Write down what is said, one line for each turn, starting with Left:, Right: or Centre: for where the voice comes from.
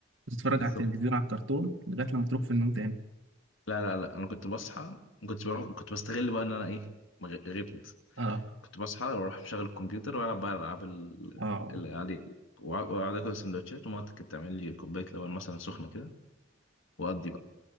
Right: وتتفرج
Left: بالظبط
Right: على التلفزيون على الكرتون لغايه لما تروح في النوم تاني
Left: لا لا لا انا كنت بصحى كنت بروح كنت بستغل بقى ان انا ايه مغ- غبت
Right: اه
Left: كنت بصحى واروح مشغل الكمبيوتر والعب بقى العاب ال-
Right: اه
Left: اللي عليه وع- واقعد اكل سندوتشات ومامتي كانت تعمل لي كوبايه لبن مثلا سخنه كده واقضي بقى